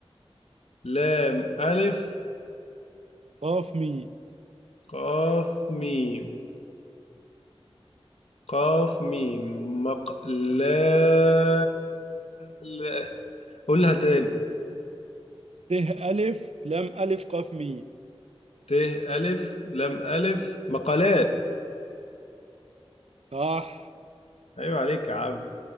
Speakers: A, on the left; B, on the right.
A: لام ألف
B: قاف ميم
A: قاف ميم قاف ميم مقلا لا قولها تاني
B: ت ألف لام ألف قاف ميم
A: ت ألف لام ألف مقالات
B: صح
A: أيوة عليك يا عم